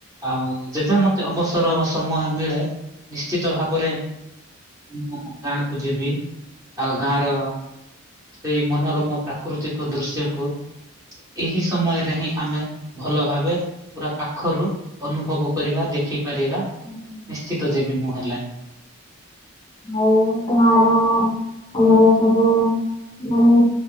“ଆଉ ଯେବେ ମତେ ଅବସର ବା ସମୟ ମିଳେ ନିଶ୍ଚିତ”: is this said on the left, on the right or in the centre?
Right